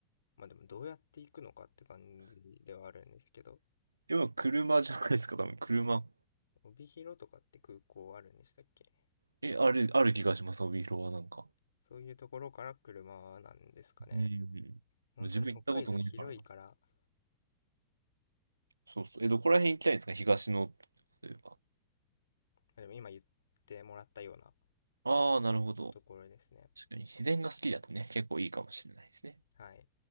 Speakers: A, on the left; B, on the right.
A: まあでもどうやって行くのかって感じではあるんですけど
B: でも車じゃないですか、多分車。
A: 帯広とかって空港あるんでしたっけ
B: え、ある、ある気がします、帯広はなんか。
A: そういうところから車なんですかね。
B: うんうん。
A: 本当に北海道広いから、
B: 自分行ったことないから。
A: ま
B: そうそう。え、どこら辺行きたいんですか東の、例えば。
A: あでも今言ってもらったような
B: ああ、なるほど。
A: ところですね。
B: 確かに自然が好きだとね、結構いいかもしれないですね。
A: はい。